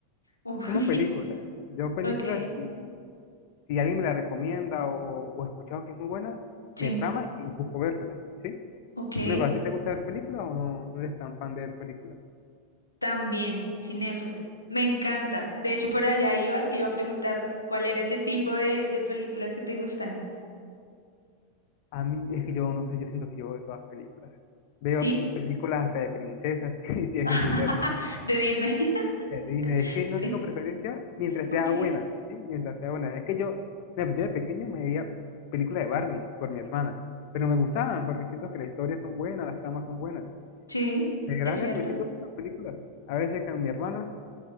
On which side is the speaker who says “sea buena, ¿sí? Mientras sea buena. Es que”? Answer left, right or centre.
Left